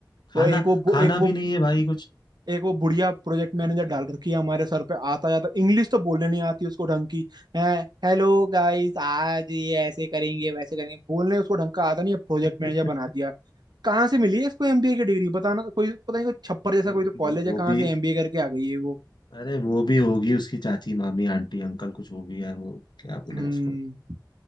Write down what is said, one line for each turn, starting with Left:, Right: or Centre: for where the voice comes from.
Left: खाना
Right: वो एक वो बु-
Left: खाना
Right: एक वो
Left: भी नहीं है भाई कुछ
Right: एक वो बुढ़िया प्रोजेक्ट मैनेजर
Left: भाई क्या
Right: डाल रखी है हमारे सर पे आता जाता इंग्लिश तो बोलने नहीं आती उसको ढंग की है हेलो गाइस आज ये ऐसे करेंगे वैसे करेंगे बोलने उसको ढंग का आता नहीं है प्रोजेक्ट
Left: <laughs>
Right: मैनेजर बना दिया कहाँ से मिली है इसको एमबीए की डिग्री बताना कोई पता नहीं कोई छप्पर जैसा
Left: हम्म
Right: कोई
Left: अरे
Right: तो कॉलेज
Left: वो वो
Right: है कहाँ
Left: भी
Right: से एमबीए करके आ गई है वो
Left: अरे वो भी होगी उसकी चाची मामी आंटी अंकल कुछ होगी यार वो क्या बोले
Right: हम्म
Left: उसको